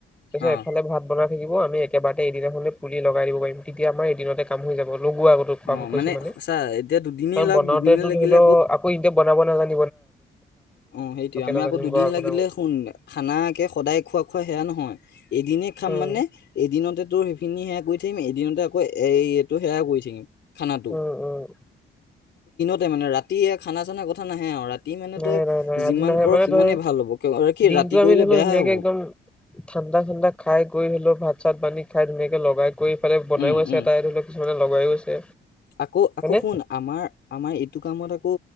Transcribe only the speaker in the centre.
তাৰপিছত
এফালে ভাত বনাই থাকিব আমি একেবাৰতে এদিনাখনে পুলি লগাই দিব পাৰিম তেতিয়া আমাৰ এদিনতে কাম হৈ যাব। লগোৱা আগতো কাম
কৰিছে মানে
কাৰণ
বনাওতেতো
ধৰি লও আকৌ এতিয়া বনাব নালাগে।
নাজানিম
গৰা
বনাব
উম
উম উম।
নাই
নাই নাই
আজি নাহে
মানে
ধৰি
দিনতটো
আমি
ধৰি লও
ধুনীয়াকে
একদম। ঠাণ্ডা ঠাণ্ডা খাই কৈ হলো। আৰু ভাত চাত বান্ধি খাই ধুনীয়াকে লগাই কৰিফালে বনাইও
আছে
এটা ধৰি লওঁক কিছুমানে লগাইও আছে।
মানে